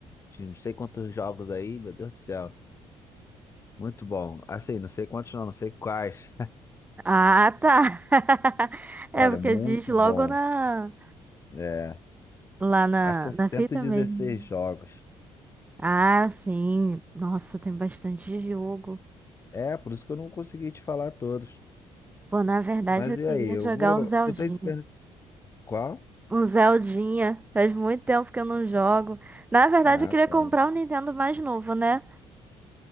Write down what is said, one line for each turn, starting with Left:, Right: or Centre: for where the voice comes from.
Left: Tinha não sei quantos jogos aí, meu Deus do céu. Muito bom. Assim, não sei quantos não, não sei quais.
Right: Ah, tá. <laughs> É
Left: Olha,
Right: porque
Left: muito
Right: diz logo
Left: bom.
Right: na
Left: É,
Right: lá na,
Left: acho que são
Right: na
Left: cento
Right: fita
Left: e dezesseis
Right: mesmo.
Left: jogos.
Right: Ah, sim. Nossa, tem bastante jogo.
Left: É, por isso que eu não consegui te falar todos.
Right: Pô, na verdade
Left: Mas
Right: eu queria
Left: e aí, eu
Right: jogar
Left: vou.
Right: um Zeldinho.
Left: Tu tem Super. Qual?
Right: Um Zeldinha. Faz muito tempo que eu não jogo. Na verdade,
Left: Ah,
Right: eu queria
Left: tá.
Right: comprar um Nintendo mais novo, né?